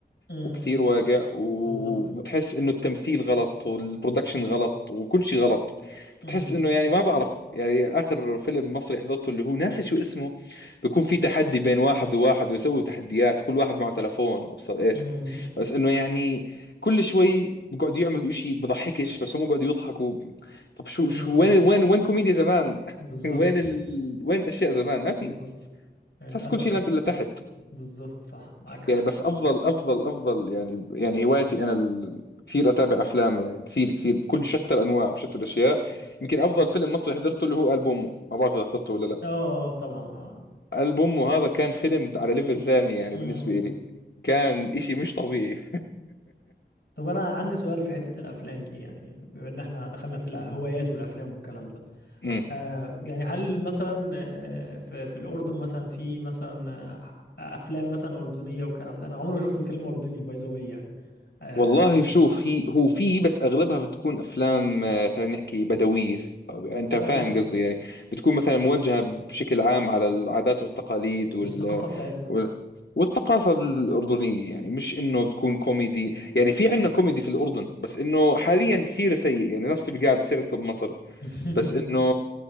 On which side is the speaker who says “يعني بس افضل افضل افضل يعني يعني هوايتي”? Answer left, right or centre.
Left